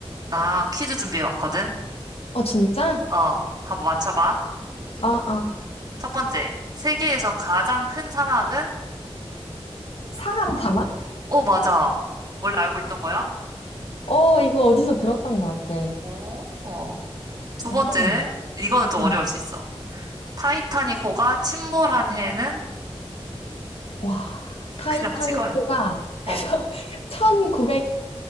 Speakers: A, on the right; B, on the left.
A: 나 퀴즈 준비해 왔거든?
B: 어, 진짜?
A: 어, 한번 맞춰봐.
B: 아, 아.
A: 첫 번째, 세계에서 가장 큰 사막은?
B: 사하라 사막?
A: 오, 맞아. 원래 알고 있던 거야?
B: 어, 이거 어디서 들었던 것 같아.
A: 오, 어. 두
B: 어허.
A: 번째, 이거는 좀
B: 응.
A: 어려울 수 있어. 타이타닉 호가 침몰한 해는?
B: 와,
A: <laughs>
B: 타이타닉
A: 그냥 찍어야 돼.
B: 호가 <laughs>
A: 어,
B: 1900,